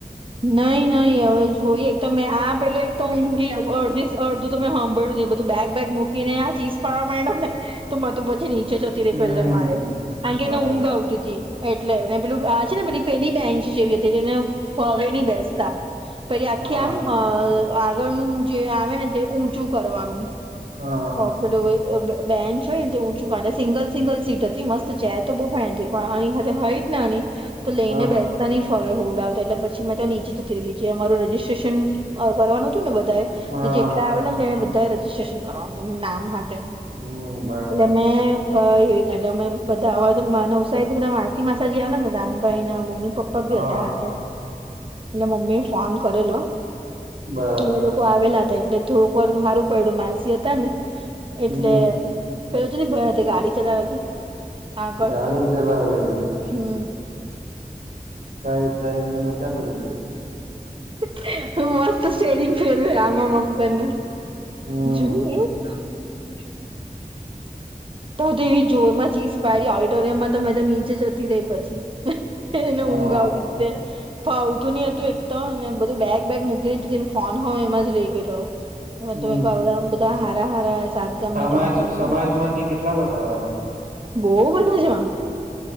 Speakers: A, on the right; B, on the right.
A: નઈ નઈ હવે જોઈએ એક મેં આ પેલો એક તો ઊંઘી અડધી અડધું તમે હાંભળ્યું ને બ ધું બાગ બેગ મૂકીને આ ચીઝ પાડવા મયન્ડા ને તો પતું તછી નીચે જતી રહી
B: હમ
A: પેલે માળે કારણ કે
B: બરાબર
A: એને ઊંઘ આવતી તી એટલે ને પેલું આ છે ને પેલી પેઢી બેન્ચ જેવી હતી તેને ફડી ની બેસતા પેલી આખી
B: હા
A: આમ અ આગળનું જે આવે ને તે ઊંચું કરવાનું
B: હા
A: ઓ પેલું બેન્ચ હોય ને તે ઉંચુ સિંગલ સિંગલ સીટ હતી મસ્ત ચેર તો બો ફાઇતી પણ આની હાથે હોય આની તો લઈને
B: હા
A: બેસતાની હવે હુંડાવતા એટલે પછી મેં તો નીચે જતી રેલી જે અમારુ રજીસ્ટ્રેશન આ કરવાનું હતું ને હતું વ <unintelligible>
B: હા
A: તો જેટલા આવેલા ને એ બધા રજીિસ્ટ્રેશન કરવાનું નામ હા એટલે
B: હમ બરાબર
A: એટલે પા એવી રીતના તમે બધા આવા તો મા નવસારીથી બધા મારતી માસાજી આવેલા ને રામભાઈ ના મમ્મી પપ્પા
B: હા
A: બી હતા હાથે. એટલે મમ્મી ફોન કરેલો
B: બરાબર
A: એ લોકો આવેલા એટલે થોડુંક વાર હારુ પડ્યું માસી હતા ને
B: હમ
A: એટલે પેલો તો ની ભરાતે ગાડી ચલાવે તે આગળ
B: ગાડી ચલાવે ઈ ગયો.
A: હમ્મ.
B: ભાઈ સાહેબ ને મજા પડી ગઇ.
A: હેહેહેહે મસ્ત સ્ટેરિંગ ફેરવે આમ આમ કરનેન. <unintelligible>
B: હમ
A: તો એવી જોર માં ચીસ પડી ઓડિટોરિયમમાં તો મેં તો નીચે જતી રહી પછી એને
B: હા
A: ઊંઘ આવતી તી ને. ફાવતું ની હતું એક તો અમે બધું બેગ બેગ મૂકીને ફોન હોય એમાં જ રહી ગયેલો. બધું
B: હમ
A: મેં કીધું આ બધા બધા હારા હારા સાત ગામના
B: સમાજ
A: કન્ફર્મ
B: સમાજમાંથી કેટલા લોકો આવેલા?
A: બોવ બધા જણ